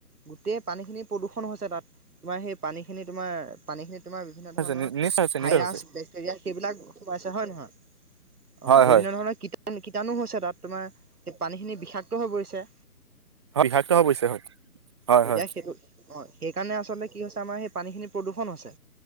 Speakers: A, on the right; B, on the right.
A: গোটেই পানীখিনি প্ৰদূষণ হৈছে তাত তোমাৰ সেই পানীখিনি তোমাৰ পানীখিনি তোমাৰ বিভিন্ন
B: হৈছে
A: ধৰণৰ
B: নিশ্চয় হৈছে
A: ভাইৰাছ,
B: নিশ্চয় হৈছে
A: বেক্টেৰিয়া সেইবিলাক সোমাইছে হয় নহয়
B: হয়
A: অ
B: হয়
A: বিভিন্ন ধৰণৰ কিতাপ কীৰটানণো হৈছে তাত তোমাৰ পানীখিনি বিষাক্ত হৈ পৰিছে।
B: বিষাক্ত হৈ পৰিছে হয় হয়
A: তেতিয়া
B: হয়
A: সেইটো অঁ সেইকাৰণে আচলতে কি হৈছে আমাৰ সেই পানীখিনি প্ৰদূষণ হৈছে,